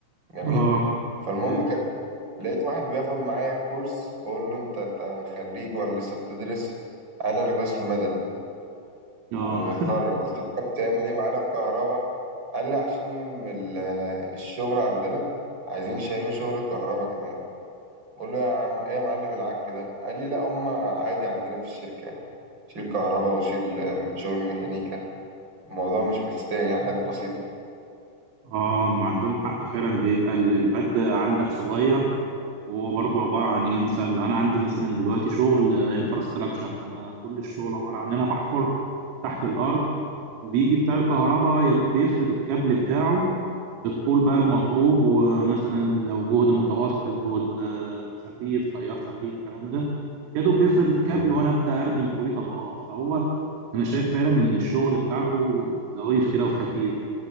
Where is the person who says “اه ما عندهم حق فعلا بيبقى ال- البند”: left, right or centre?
Right